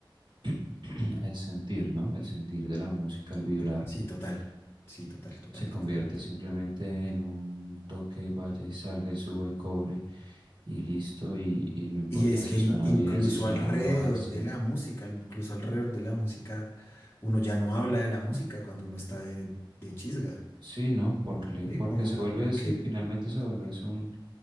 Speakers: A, on the right; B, on the left.
A: <clears throat> el sentir, ¿no? El sentir de la música, el vibrar,
B: Sí, total. Sí, total, total,
A: se convierte
B: totalmente.
A: simplemente en un toque y vaya y salga y suba y cobre y listo, y, y no importa
B: Y es
A: si
B: que in-
A: suena
B: incluso
A: bien, si suena
B: alrededor
A: mal, si
B: de la música, incluso alrededor de la música, uno ya no habla de la música cuando uno está de, de chisga,
A: Sí, ¿no? Porque,
B: ¿sí?
A: porque
B: Como
A: se vuelve,
B: porque,
A: sí, finalmente se vuelve
B: eh,
A: es un,